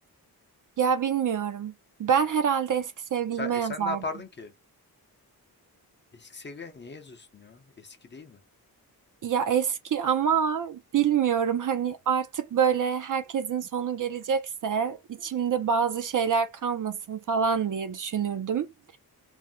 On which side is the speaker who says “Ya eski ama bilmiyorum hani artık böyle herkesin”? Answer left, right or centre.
Right